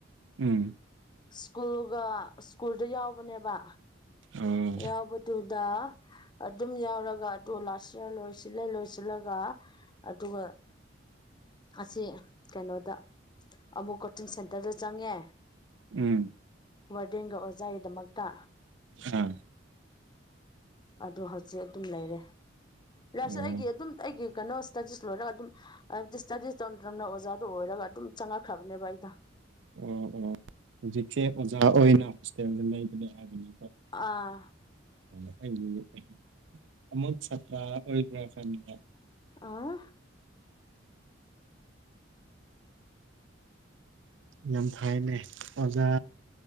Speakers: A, on the right; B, on the left.
A: ꯎꯝ
B: ꯁ꯭ꯀꯨꯜꯒ ꯁ꯭ꯀꯨꯜꯗ ꯌꯥꯎꯕꯅꯦꯕ
A: ꯑꯣ
B: ꯌꯥꯎꯕꯗꯨ ꯗ ꯑꯗꯨꯝ ꯌꯥꯎꯔꯒ ꯑꯗꯨ ꯂꯥꯁ ꯌꯤꯑꯔ ꯂꯣꯏꯁꯤꯜꯂꯦ ꯂꯣꯏꯁꯤꯜꯂꯒ ꯑꯗꯨꯒ ꯑꯁꯤ ꯀꯩꯅꯣꯗ ꯑꯃꯨꯛ ꯀꯣꯆꯤꯡ ꯁꯦꯟꯇꯔꯗ ꯆꯪꯉꯦ
A: ꯎꯝ
B: ꯋꯥꯔꯗꯦꯟꯒ ꯑꯣꯖꯥꯏꯗꯃꯛꯇ
A: ꯎꯝ <unintelligible>
B: ꯑꯗꯣ ꯍꯧꯖꯤꯛ ꯑꯗꯨꯝ ꯂꯩꯔꯦ ꯂꯥꯁ
A: ꯑꯣ
B: ꯑꯩꯒꯤ ꯑꯗꯨꯝ ꯑꯩꯒꯤ ꯀꯩꯅꯣ ꯁ꯭ꯇꯗꯤꯁ ꯂꯣꯏꯔꯒ ꯑꯗꯨꯝ ꯍꯥꯏꯕꯗꯤ ꯁ꯭ꯇꯗꯤꯁ ꯇꯧꯅ ꯇꯝꯅ ꯑꯣꯖꯥꯗꯣ ꯑꯣꯏꯔꯒ ꯑꯗꯨꯝ ꯆꯪꯉꯛꯈ꯭ꯔꯕꯅꯦꯕ ꯑꯩꯗꯣ
A: ꯑꯣ ꯑꯣ ꯍꯧꯖꯤꯛꯁꯦ ꯑꯣꯖꯥ ꯑꯣꯏꯅ ꯍꯣꯁꯇꯦꯜꯗ ꯂꯩꯕꯅꯦ ꯍꯥꯏꯕꯅꯤ
B: ꯑꯥ
A: ꯑꯣ ꯑꯩꯒꯤ <inaudible> ꯑꯃꯨꯠ ꯁꯥꯇ꯭ꯔ ꯑꯣꯏꯕ꯭ꯔꯥ ꯈꯟꯕ
B: ꯑꯥ
A: ꯌꯥꯝ ꯐꯥꯏꯅꯦ ꯑꯣꯖꯥ